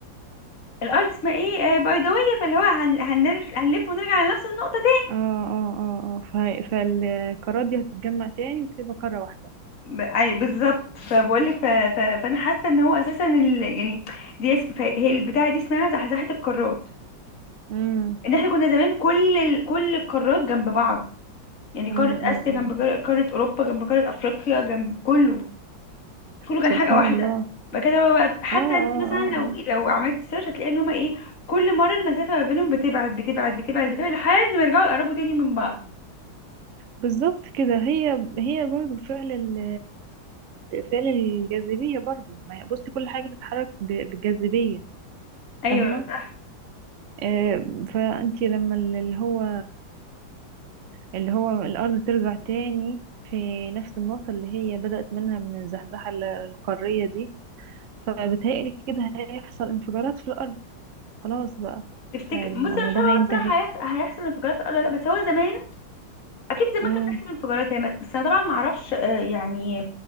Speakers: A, on the left; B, on the right.
A: الارض اسمها ايه آه بيضاويه فاللي هو هن... هنر... هنلف ونرجع لنفس النقطه
B: اه اه اه اه ف- فالقارات دي هتتجمع تاني وتبقى قارة واحدة
A: ب- اي بالظبط فبقول لك ف... ف... فانا حاسه ان هو اساسا ال... يعني دي اسم... ف- هي البتاعه دي اسمها زحزحه القارات
B: امم
A: ان احنا كنا زمان كل ال... كل القارات جنب بعض يعني
B: امم
A: قاره اسيا
B: امم أمم.
A: جنب قار- قاره اوروبا جنب قاره افريقيا جنب كله كله كان
B: سبحان
A: حاجه واحده
B: الله
A: بعد كده بقى بقى- حتى
B: اه اه
A: انت مثلا لو
B: اه
A: لو عملتي سيرش هتلاقي ان هما ايه كل مره المسافه ما بينهم بتبعد بتبعد بتبعد بتبعد لحد ما يرجعوا يقربوا تاني من بعض
B: بالظبط كده هي هي برضو فعل ال فعل الجاذبية برضو ما هي- بصي كل حاجة بتتحرك ب- بالجاذبية
A: ايوه
B: فاهمة
A: صح
B: آه، فأنتي لما ال- اللي هو اللي هو الأرض ترجع تاني في نفس النقطة اللي هي بدأت منها من الزحزحة ال- القارية دي فبتهيألي كده هيحصل انفجارات في الأرض خلاص بقى
A: تفتكر
B: الموضوع
A: بصي انا مش عارفه
B: هينتهي
A: بقى بصراحه هيحصل هيحصل انفجارات في الارض ولا لا بس هو زمان اكيد زمان
B: امم
A: كان بيحصل انفجارات هي بس انا طبعا ما اعرفش آه، يعني